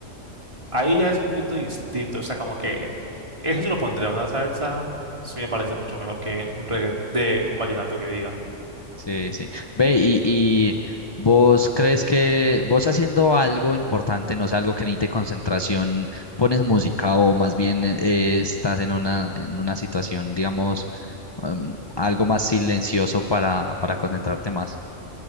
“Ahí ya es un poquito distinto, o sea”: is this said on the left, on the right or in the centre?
Right